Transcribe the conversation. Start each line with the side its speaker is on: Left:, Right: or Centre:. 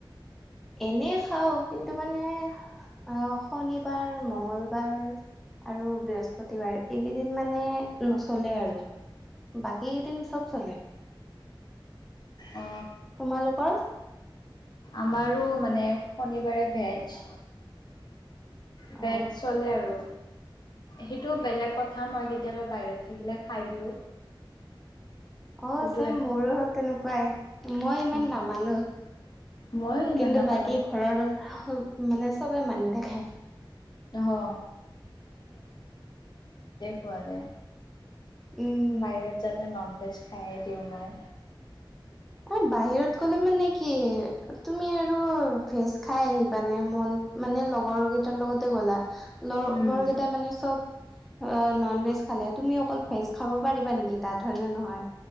Centre: এনে খাওঁ, কিন্তু মানে আ শনিবাৰ, মঙ্গলবাৰ আৰু বৃহস্পতি বৃহস্পতিবাৰে এইকেইদিন মানে নচলে আৰু বাকীকেইদিন চব চলে।
Left: অ
Centre: তোমালোকৰ?
Left: আমাৰো মানে শনিবাৰে ভেজ ভেজ
Centre: অ
Left: চলে আৰু, সেইটো বেলেগ কথা মই কেতিয়াবা বাহিৰত থাকিলে খাই দিওঁ
Centre: অ,
Left: সেইটো
Centre: চেম
Left: এন
Centre: মোৰো তেনেকুৱাই মই ইমান
Left: উম
Centre: নামানো।
Left: মই ইমান
Centre: কিন্তু
Left: নামানো
Centre: বাকী ঘৰৰ মানে চবেই মানি থাকে।
Left: অ পোৱাৰে
Centre: উম
Left: বাহিৰত গলে ননভেজ, খাই দিওঁ মই।
Centre: কত বাহিৰত গ'লে মানে কি তুমি আৰু ভেজ খাই মানে মন, মানে লগ লগৰ কেইটাৰ লগতে গ'লা? ল
Left: উম
Centre: গৰকেইটাই মানে চব অ নন ভেজ খালে তুমি অকল ভেজ খাব পাৰিবা নেকি তাত হয় নে নহয়।